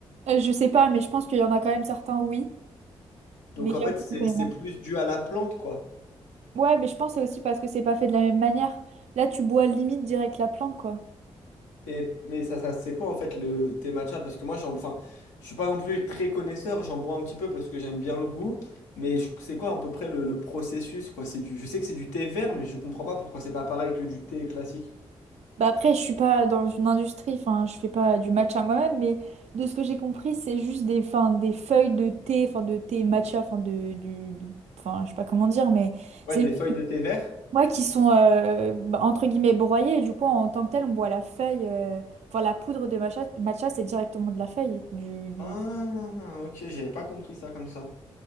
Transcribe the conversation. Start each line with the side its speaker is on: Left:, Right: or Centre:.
Right: Euh, je sais pas, mais je pense qu'il y en a quand même certains, oui,
Left: Donc
Right: mais
Left: en
Right: j'avoue
Left: fait,
Right: que
Left: c'est
Right: je connais
Left: c'est
Right: moins.
Left: plus dû à la plante, quoi.
Right: Ouais, mais je pense que c'est aussi parce que c'est pas fait de la même manière. Là, tu bois limite direct la plante, quoi.
Left: Et, mais ça, ça c'est quoi en fait le thé matcha? Parce que moi, j'en, enfin, je suis pas non plus très connaisseur, j'en bois un petit peu parce que j'aime bien le goût, mais je- c'est quoi à peu près le, le processus, quoi? C'est du, je sais que c'est du thé vert, mais je comprends pas pourquoi c'est pas pareil que du thé classique.
Right: Bah après, je suis pas dans une industrie, enfin, je fais pas du matcha moi-même, mais de ce que j'ai compris, c'est juste des, enfin, des feuilles de thé, enfin, de thé matcha, enfin, de, du, enfin, je sais pas comment dire, mais c'est
Left: Ouais, des
Right: juste
Left: feuilles
Right: des
Left: de thé vert.
Right: noix qui sont, euh, bah, entre guillemets, broyées, et du coup, en tant que tel, on boit la feuille, euh, enfin, la poudre de matcha, matcha, c'est directement de la feuille, du, du...
Left: Ah, ok, j'avais pas compris ça comme ça.